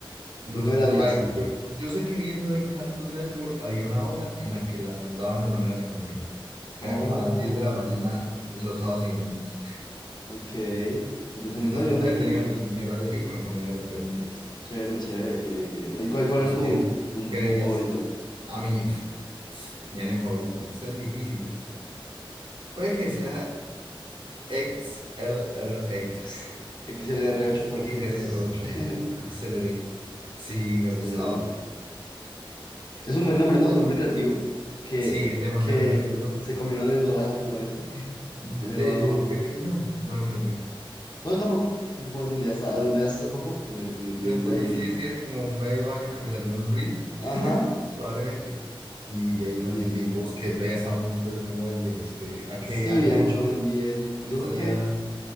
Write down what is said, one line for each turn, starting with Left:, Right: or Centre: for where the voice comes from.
Right: No
Left: Nunca
Right: sé,
Left: me las
Right: o
Left: vi
Right: sea,
Left: así.
Right: yo, yo sé que viendo en Cartoon Network había una hora en la que la daban de manera secuencial. Era
Left: Oh,
Right: como a las diez de la mañana los sábados y domingos.
Left: ok. Interesante.
Right: Entonces
Left: No, yo
Right: como
Left: no tenía
Right: que ya
Left: ni
Right: tenía
Left: idea.
Right: mi, mi horario fijo y me ponía a ver Ben diez
Left: Chévere, chévere, qué bien, qué bien. ¿Y cuál, cuál
Right: ¿Vos
Left: era tu,
Right: qué,
Left: tu,
Right: qué
Left: tu
Right: veías?
Left: favorito?
Right: A mí, pf, mi anime favorito. Entonces es difícil. Puede que sea X L R XLR8.
Left: Ex- X- XLR8 te
Right: XLR8.
Left: refieres. <laughs>
Right: <laughs> Accelerate. Sí, me gustaba.
Left: xlr Es un buen nombre, ¿no? Es un nombre creativo que,
Right: Sí, es demasiado
Left: que
Right: creativo. Yo
Left: se combinó en el doblaje absolutamente.
Right: desde,
Left: Pero
Right: desde pequeño no lo entendía.
Left: no, yo tampoco, tampoco lo entendí hasta, lo entendí hasta hace poco, que, me, que
Right: Lo
Left: vi
Right: entendí,
Left: por ahí un...
Right: sí, sí, hace como medio año que me salió en un reel, <laughs>
Left: Ajá,
Right: probablemente. Y, y ahí lo entendí.
Left: sí.
Right: Vos que veas también, entonces pongo en 10, que a
Left: Sí,
Right: que alguien
Left: veía mucho Ben diez
Right: le
Left: Yo
Right: gustaría
Left: creo que,
Right: a